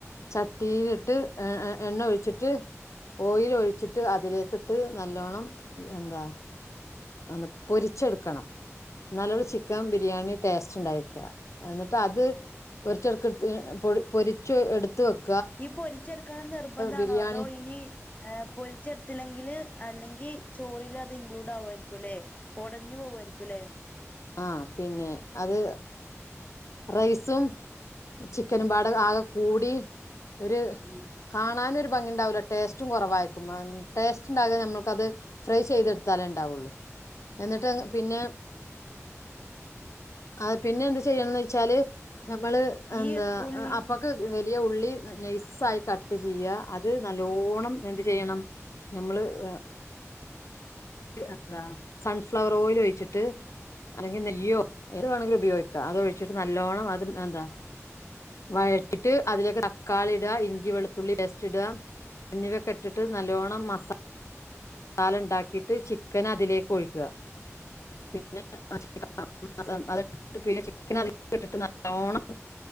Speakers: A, on the left; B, on the left.
A: ചട്ടിയില്ട്ട് എ എണ്ണ ഒഴിച്ചിട്ട് ഓയിലൊഴിച്ചിട്ട് അതിലേക്കിട്ട് നല്ലോണം എന്താ അതൊന്ന് പൊരിച്ചെടുക്കണം ഇന്നാലൊള്ളു ചിക്കൻ ബിരിയാണി ടേസ്റ്റ് ഉണ്ടായിരിക്ക എന്നിട്ടത് പൊരിച്ചെടുക്കടുത്ത് പൊ പൊരിച്ച് എടുത്ത് വെക്ക
B: ഈ പൊര്ച്ചെടുക്കണംന്ന് നിർബന്ധാണോ?
A: ബിരിയാണി
B: അതോ ഇനി ഏഹ് പൊരിച്ചെടുത്തില്ലെങ്കില് അല്ലെങ്കി ചോറിലത് ഇക്ലൂഡാവുമായിരിക്കുല്ലെ? ഒടഞ്ഞു പോവായിരിക്കുല്ലേ?
A: ആഹ് പിന്നെ അത് റൈസും ചിക്കനും പാടെ ആകെ കൂടി ഒരു
B: ആ
A: കാണാനും ഒരു ഭംഗിണ്ടാവൂല ടേസ്റ്റും കൊറവായിക്കും ടേസ്റ്റ്ണ്ടാക നമ്മൾക്കത് ഫ്രൈ ചെയ്തെടുത്താലേ ഇണ്ടാവൊള്ളൂ. എന്നിട്ട് അത് പിന്നെ. അഹ് പിന്നെന്ത് ചെയ്യണംന്ന് വെച്ചാല് നമ്മള് എന്താ
B: ഈ ഉള്ളി
A: അപ്പൊക്ക്. വലിയ ഉള്ളി നൈസായി കട്ട് ചെയ്യ അത് നല്ലോണം ന എന്ത് ചെയ്യണം നമ്മള് വേ എന്താ സൺഫ്ലവർ ഓയിൽ ഒഴിച്ചിട്ട്. അല്ലെങ്കി നെയ്യോ, എന്ത് വേണെങ്കിലും ഉപയോഗിക്കാം അത് ഒഴിച്ചിട്ട് നല്ലോണം അത് എന്താ. വഴറ്റിട്ട് അതിലേക്ക് തക്കാളിയിടാ ഇഞ്ചി വെളുത്തുള്ളി പേസ്റ്റ് ഇടാ എന്നിവയ്ക്കെ ഇട്ടിട്ട് നല്ലോണം മസാ സാല ഇണ്ടാക്കിയിട്ട് ചിക്കൻ അതിലേക്ക് ഒഴിക്ക പിന്നെ ആഹ് ചിക്കൻ മസാല അത് ഇട്ട്ട്ട് പിന്നെ ചിക്കൻ അതിലേക് ഇട്ടിട്ട് നല്ലോണം.